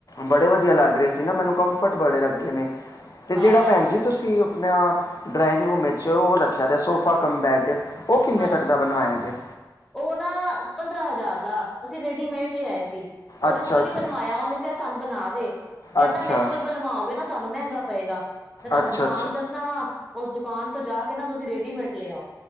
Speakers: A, on the left (about 50°); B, in the centre.
A: ਬੜੇ ਵਧੀਆ, ਲੱਗ ਰਹੇ ਸੀ। ਨਾ ਮੈਨੂੰ ਕੰਫਰਟ ਬੜੇ ਲੱਗੇ ਨੇ, ਅਤੇ
B: ਹਾਂ
A: ਜਿਹੜਾ ਭੈਣ ਜੀ ਤੁਸੀਂ ਆਪਣਾ, ਡਰਾਇੰਗ ਰੂਮ ਵਿੱਚ ਉਹ ਰੱਖਿਆ ਦਾ, ਸੋਫਾ ਕੰਮਬੈਕਡ ਉਹ ਕਿੰਨੇ,
B: ਹਾਂਜੀ
A: ਤੱਕ ਦਾ ਬਣਵਾਇਆ ਜੇ?
B: ਉਹ ਨਾ, ਪੰਦਰਾਂ ਹਜ਼ਾਰ ਦਾ, ਅਸੀਂ ਰੇਡੀਮੇਡ ਲਿਆਏ ਸੀ। ਉਹਦੇ
A: ਅੱਛਾ
B: ਕੋਲ
A: ਅੱਛਾ
B: ਨਹੀ ਬਣਵਾਇਆ, ਉਹਨੂੰ ਕਿਹਾ, ਸਾਨੂੰ ਬਣਾ ਦੇ ਕਹਿੰਦਾ
A: ਅੱਛਾ
B: ਮੇਰੇ ਕੋਲ ਬਣਵਾਓਗੇ ਨਾ ਤੁਹਾਨੂੰ ਮਹਿੰਗਾ ਪਏਗਾ। ਮੈਂ ਤੁਆਨੂੰ
A: ਅੱਛਾ ਅੱਛਾ
B: ਦੁਕਾਨ ਦੱਸਣਾ ਵਾ ਉਸ ਦੁਕਾਨ ਤੋਂ ਜਾ ਕੇ ਨਾ ਤੁਸੀਂ ਰੇਡੀਮੇਡ ਲਿਆ ਆਓ।